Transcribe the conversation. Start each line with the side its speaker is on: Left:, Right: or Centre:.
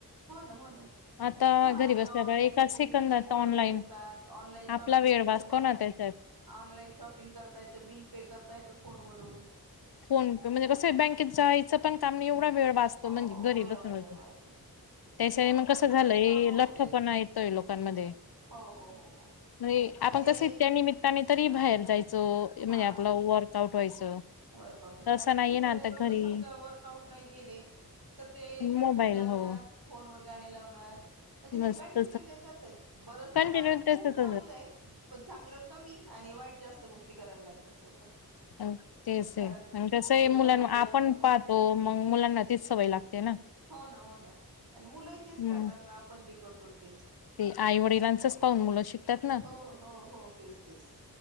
Right: हो ना! हो ना!.
Left: आता
Right: हा
Left: घरी
Right: आता
Left: बसल्या
Right: ऑनलाईन
Left: एका
Right: तुम्ही,
Left: सेकंदात
Right: बिलिंग भरू
Left: ऑनलाईन
Right: शकतात. ऑनलाईन शॉपिंग
Left: आपला वेळ
Right: साठी
Left: वाचतो
Right: तुम्हाला
Left: ना त्याच्या
Right: ऑनलाईन शॉपिंग करता येतं. बिल पे करता येतं! फोनवरून.
Left: फोन पे म्हणजे कसं बँकेत जायचं पण काम नाही, एवढा वेळ वाचतो,
Right: हो
Left: म्हणजे
Right: हो हो
Left: घरी
Right: एवढा
Left: बसुन
Right: वेळ
Left: बसुन!.
Right: वाचतो
Left: त्याच्या
Right: फोनमुळे
Left: हेयानं कसं
Right: बरेच
Left: झालंय!
Right: काम होते
Left: लठ्ठ पणा येतोय, लोकांमध्ये!.
Right: हो हो हो हो
Left: नये आपण
Right: अरे
Left: कस त्या निमित त्या निमित्तानी तरी बाहेर जायचो. म्हणजे
Right: हा
Left: आपला वर्कआउट व्हायचं.
Right: वर्कआउट व्हायचं.
Left: तसं
Right: आता
Left: नाहीये
Right: फिरायला
Left: ना आता
Right: लोक
Left: घरी
Right: समजा वर्कआउटला नाही गेले - तर ते हेडफोन
Left: मोबाईल
Right: घालणार.
Left: हो
Right: फोनवर गाणी लावणार. म्हणजे ते
Left: मस्त
Right: कंटिन्यू त्याच्याच आहेत. बरचस
Left: कंटिन्यू
Right: चांगल.
Left: त्याचच
Right: खूप चांगलं आहे. पण चांगलं कमी आणि वाईट जास्त गोष्ट - -ष्टी करायला लागलेत लोक.
Left: अं. तेच
Right: कारण
Left: आहे. म कसंय
Right: सोशल
Left: मुलां
Right: मीडियावर
Left: आपण
Right: पण
Left: पाहतो मग मुलांना तीच सवय लागते ना?
Right: हो ना. हो ना. आणि मुलंही तेच
Left: हम्म
Right: करणार ना आपण जे करतो तेच.
Left: ते आई वडिलांचच पाहून मुलं शिकतात ना?
Right: हो हो हो तेच तेच